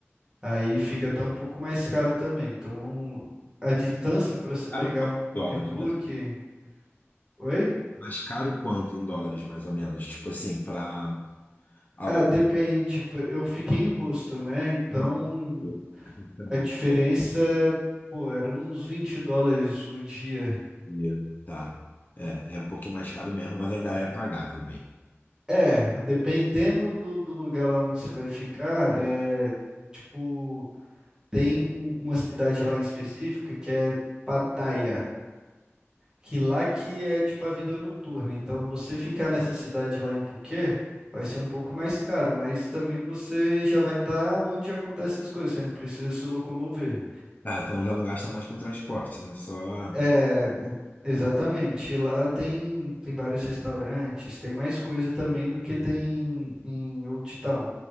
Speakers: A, on the right; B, on the left.
A: Aí fica até um pouco mais caro também. Então a distância para você
B: caro
A: pegar
B: quanto
A: um tuk-tuk.
B: em dólares, mas,
A: Oi?
B: mas caro quanto em dólares, mais ou menos? Tipo assim, para alugar.
A: Ah, depende. por- Eu fiquei em hostel, né? Então
B: Não, tipo, essa dica é boa.
A: A diferença, pô, era uns 20 dólares o dia.
B: E, Tá. É, é um pouquinho mais caro mesmo, mas ainda é pagável, bem.
A: É, dependendo do, do lugar lá onde você vai ficar, é tipo, tem um- uma cidade lá em específica que é Pattaya, que lá que é tipo a vida noturna. Então, você ficar nessa cidade lá em Phuket vai ser um pouco mais caro, mas também você já vai estar onde acontecem as coisas, você não precisa se locomover.
B: Ah, então já não gasta mais com transporte, né? Só.
A: É, exatamente. Lá tem, tem vários restaurantes, tem mais coisa também do que tem em Old Town.